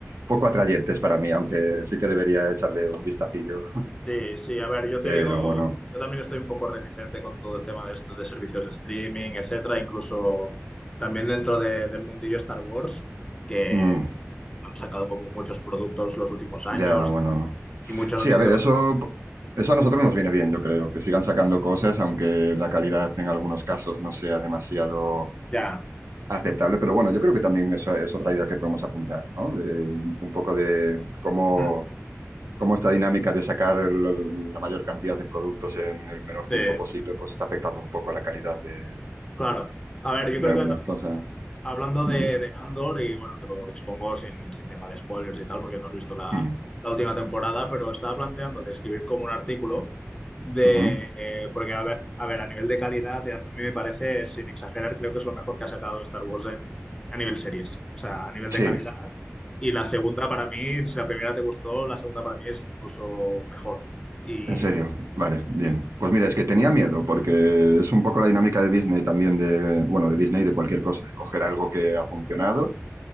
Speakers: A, on the right; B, on the left.
A: poco atrayentes para mí, aunque sí que debería echarle un vistacillo.
B: Sí, sí, a ver, yo
A: Pero
B: te digo,
A: bueno,
B: yo también estoy un poco reticente con todo el tema de esto, de servicios de streaming, etcétera, incluso también dentro de- del mundillo Star Wars, que
A: mm,
B: también han sacado como muchos productos los últimos años
A: ya bueno.
B: y muchos
A: Sí,
B: han sido
A: a ver,
B: bastante...
A: eso eso a nosotros nos viene bien, yo creo, que sigan sacando cosas, aunque la calidad en algunos casos no sea demasiado
B: Ya,
A: aceptable, pero bueno, yo creo que también esa es otra idea que podemos apuntar, ¿no? De, un poco de cómo,
B: <clears throat>
A: cómo esta dinámica de sacar el- la mayor cantidad de productos en el menor tiempo
B: sí,
A: posible, pues está afectando un poco la calidad de,
B: claro. A ver, yo
A: de
B: creo
A: algunas
B: que también...
A: cosas.
B: hablando
A: Ujú,
B: de, de Andor, y bueno, te lo expongo sin, sin tema de spoilers y tal, porque no has visto la,
A: mm,
B: la última temporada, pero estaba planteando de escribir como un artículo de,
A: ujú.
B: eh, porque a ver, a ver, a nivel de calidad, a mí me parece, sin exagerar, creo que es lo mejor que ha sacado Star Wars en, a nivel series, o sea, a nivel
A: Sí,
B: de calidad. Y la segunda para mí, si la primera te gustó, la segunda para mí es incluso mejor. Y,
A: en serio, vale,
B: y-
A: bien.
B: sí.
A: Pues mira, es que tenía miedo, porque es un poco la dinámica de Disney también, de, bueno, de Disney y de cualquier cosa, de coger algo que ha funcionado